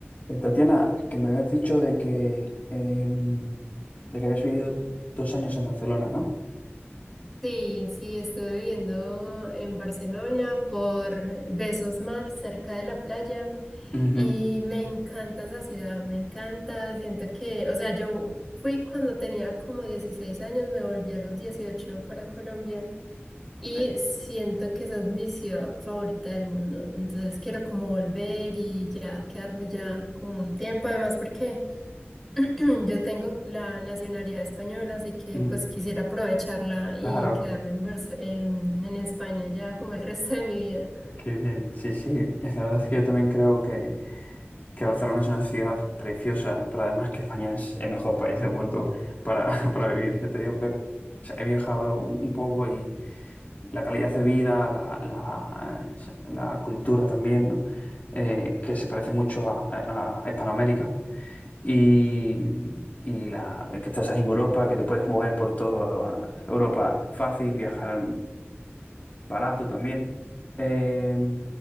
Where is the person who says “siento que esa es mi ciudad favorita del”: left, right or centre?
Centre